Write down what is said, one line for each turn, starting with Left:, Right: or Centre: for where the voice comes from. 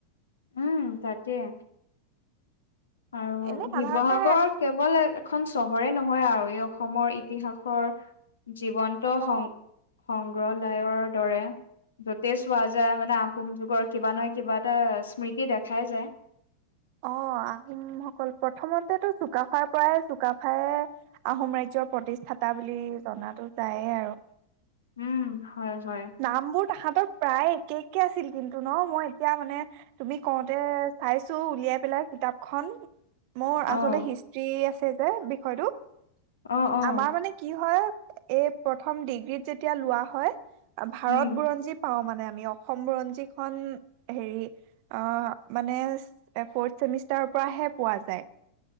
Left: উম তাকেই আৰু
Right: এনে সাধাৰণতে
Left: শিৱসাগৰ কেৱল এখন চহৰে নহয় আৰু এই অসমৰ ইতিহাসৰ জীৱন্ত
Right: অ
Left: সং সং উগ্ৰলায়ৰ দৰে য'তেই চোৱা যায় মানে আহোম যুগৰ কিবা নহয় কিবা এটা স্মৃতি দেখাই যায়।
Right: অ' আহোমসকল প্ৰথমতেতো চুকাফাৰ পৰাই চুকাফাই আহোম ৰাজ্যৰ প্ৰতিষ্ঠাতা বুলি জনাাতো যায়েই আৰু।
Left: উম। হয়, হয়
Right: নাম বোৰ তাহাঁতৰ প্ৰায় একে একে আছিল কিন্তু ন' মই এতিয়া মানে তুমি কওঁতে চাইছো উলিয়াই পেলাই কিতাপখন। মোৰ
Left: অ',
Right: আচলতে হিষ্ট্ৰি আছে যে বিষয়টোত।
Left: অ', অ',
Right: আমাৰ মানে কি হয় এই প্ৰথম ডিগ্ৰীত যেতিয়া লোৱা হয় ভাৰত
Left: উম,
Right: বুৰঞ্জী পাওঁ মানে আমি অসম বুৰঞ্জীখন হেৰি অহ মানে ফৰ্থ চেমিষ্টাৰৰ পৰাহে পোৱা যায়।